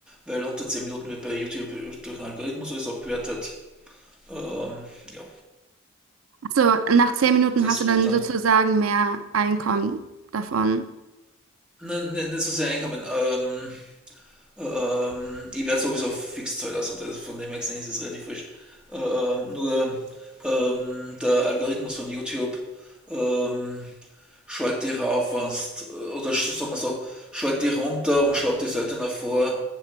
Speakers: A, in the centre; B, on the right.
A: Weil unter 10 Minuten wird bei YouTube durch einen Algorithmus alles abgewertet. Ähm, ja,
B: So, nach zehn Minuten
A: das
B: hast du dann
A: war dann
B: sozusagen mehr Einkommen davon.
A: Nein, nein, nicht so sehr Einkommen. Ähm, ähm, ich werde sowieso fix zahlen, also das, von dem her gesehen ist es relativ wurscht. Ähm, nur ähm, der Algorithmus von YouTube ähm, schaut die rauf, wenn's, oder so sagen wir so, schaut die runter und schlägt die seltener vor,